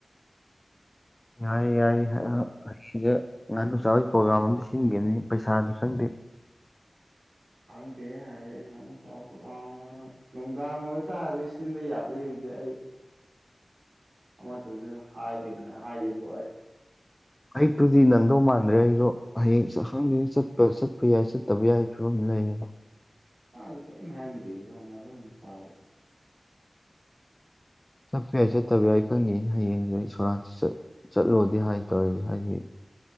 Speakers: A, on the left (about 15°); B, on the right (about 85°).
A: ꯌꯥꯏ ꯌꯥꯏ
B: ꯑꯗꯨꯒ
A: ꯑꯍꯁ ꯉꯍꯥ ꯅꯨꯡꯁꯥꯒꯤ ꯄ꯭ꯔꯣꯒ꯭ꯔꯥꯝ ꯑꯝ ꯁꯤꯟꯈꯤꯕꯅꯤ ꯄꯩꯁꯥꯗꯤ ꯈꯪꯗꯦ
B: ꯈꯪꯗꯦ ꯍꯌꯦꯡꯅ ꯇꯄ ꯅꯨꯡꯗꯥꯡ ꯑꯣꯏꯇꯥꯔꯗꯤ ꯁꯤꯟꯗ ꯌꯥꯕ꯭ꯔꯥ ꯌꯦꯡꯁꯦ ꯑꯩ ꯑꯃꯠꯇꯁꯨ ꯍꯥꯏꯒꯤꯗꯅꯦ ꯍꯥꯏꯈꯤꯕꯗꯣ ꯑꯩ
A: ꯑꯌꯨꯛꯇꯨꯗꯤ ꯅꯪꯗꯧ ꯃꯥꯟꯗ꯭ꯔꯦ ꯑꯩꯗꯣ ꯍꯌꯦꯡ ꯍꯪꯗ ꯆꯠꯄ ꯆꯠꯄ ꯌꯥꯏ ꯆꯠꯇꯕ ꯌꯥꯏ ꯐꯤꯕꯝꯗꯨ ꯂꯩꯔꯤ
B: ꯃꯥ ꯀꯩ ꯍꯥꯏꯦꯝꯗꯤꯔꯄꯥꯜ
A: ꯆꯠꯄ ꯌꯥꯏ ꯆꯠꯇꯕ ꯌꯥꯏ ꯈꯪꯗꯦꯩꯅ ꯍꯌꯦꯡꯁ ꯁꯣꯔꯥꯟ ꯆꯠ ꯆꯠꯂꯣꯗꯤ ꯍꯥꯏꯇꯥꯧꯔꯦ ꯍꯥꯏꯗꯤ